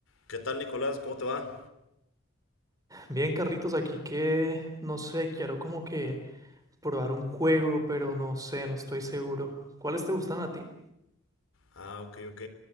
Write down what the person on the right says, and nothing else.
Bien, Carlitos, aquí que no sé, quiero como que probar un juego, pero no sé, no estoy seguro. ¿Cuáles te gustan a ti?